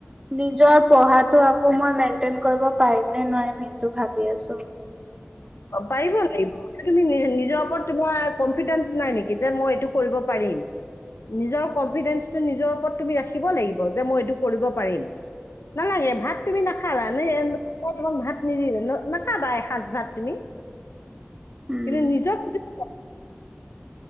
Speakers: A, on the right; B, on the left.
A: নিজৰ পঢ়াত আকৌ মই মেইনটেইন কৰিব পাৰিম নে নোৱাৰিম সেইটো ভাবি আছোঁ।
B: পাৰিব লাগিব তুমি নি নিজৰ ওপৰত তোমাৰ কনফিডেন্স নাই নেকি যে মই এইটো কৰিব পাৰিম। নিজৰ কনফিডেন্সটো নিজৰ ওপৰত তুমি ৰাখিব লাগিব যে মই এইটো কৰিব পাৰিম। নালাগে ভাত তুমি নাখালা ন এ তোমাক ভাত নিদিলে ন নাখাবা এসাজ ভাত তুমি
A: উম
B: কিন্তু নিজৰ প্ৰতি